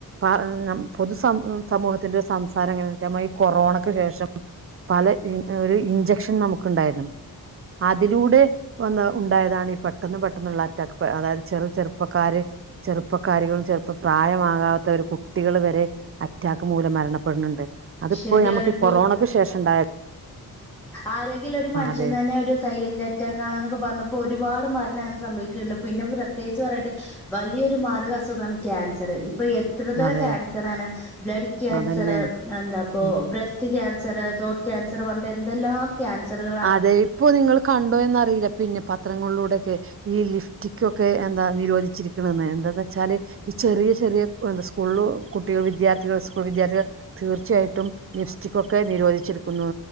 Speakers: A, on the right; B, in the centre.
A: അ നമ്മ പൊതുസ സമൂഹത്തിന്റെ സംസാരം എങ്ങനെന്നുവച്ചാ ഈ കൊറോണക്ക് ശേഷം പല ഒരു ഇഞ്ചക്ഷൻ നമുക്ക് ഉണ്ടായിരുന്നു. അതിലൂടെ വന്ന് ഉണ്ടായതാണ് ഈ പട്ട- പെട്ടെന്ന് പെട്ടെന്നുള്ള അറ്റാക്ക് അതായത് ചെറു ചെറുപ്പക്കാര് ചെറുപ്പക്കാരികളും ചെറുപ്പ പ്രായമാകാത്ത ഒരു കുട്ടികൾ വരെ അറ്റാക്ക് മൂലം മരണപ്പെടുന്നുണ്ട്. അതിപ്പോയി
B: ശരിയാണ്
A: നമുക്ക് ഈ കൊറോണക്ക് ശേഷം ഉണ്ടായ
B: ആരോഗ്യഉള്ള ഒരു മനുഷ്യൻ
A: അതെ
B: തന്നെ ഒരു സൈലന്റ് അറ്റാ റ്റാക്കാണെന്നൊക്കെ പറഞ്ഞപ്പോൾ ഒരുപാട് മരണംഅങ്ങനെ സംഭവിക്കുന്നുണ്ട്. പിന്നെ പ്രത്യേകിച്ച് പറയട്ടെ വലിയൊരു മാരക അസുഖമാണ് ക്യാൻസർ. ഇപ്പൊ എ എത്രയെത്ര എത്രയെത്ര
A: അതെ
B: ക്യാൻസറാണ് ബ്ലഡ് ക്യാൻസർ
A: അതന്നെ
B: എന്താപ്പ
A: ഉ
B: ബ്രസ്റ്റ് ക്യാൻസർ തോട്ട് ക്യാൻസർ പറഞ്ഞിട്ട് എന്തെല്ലാം കാൻസറുകള്
A: അതെ ഇപ്പോ നിങ്ങൾ കണ്ടോ എന്നറിയില്ല പിന്നെ പത്രങ്ങളിലൂടെയൊക്കെ ഈ ലിപ്സ്റ്റിക്ക് ഒക്കെ എന്താ നിരോധിച്ചിരിക്കണന്ന് എന്താന്ന് വെച്ചാല് ഈ ചെറിയ ചെറിയ എന്ത് സ്കൂൾ കുട്ടികൾ വിദ്യാർത്ഥികൾ സ്കൂൾ വിദ്യാർത്ഥികൾ തീർച്ചയായിട്ടും ലിപ്സ്റ്റിക് ഒക്കെ നിരോധിച്ചിടുരിക്കുന്നു